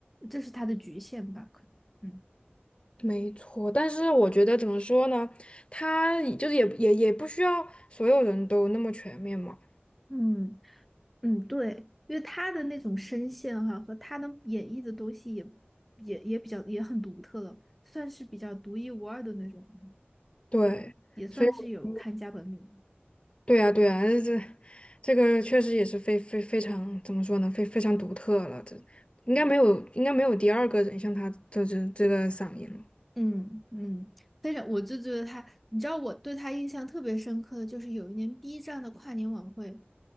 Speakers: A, in the centre; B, on the left (about 30°).
A: 这是他的局限吧，可能嗯
B: 没错。但是我觉得怎么说呢，他也就是也也也不需要所有人都那么全面嘛，
A: 嗯。嗯，对，因为他的那种声线哈、和他能演绎的东西也也也比较也很独特了，算是比较独一无二的那种了
B: 对，
A: 也算是有看家本领。
B: 所以我对呀，对呀，这这个确实也是非非非常怎么说呢，非非常独特了，这应该没有应该没有第二个人像他这这这个嗓音了，
A: 嗯嗯，非常，我就觉得他，你知道我对他印象特别深刻的就是有一年 B 站的跨年晚会，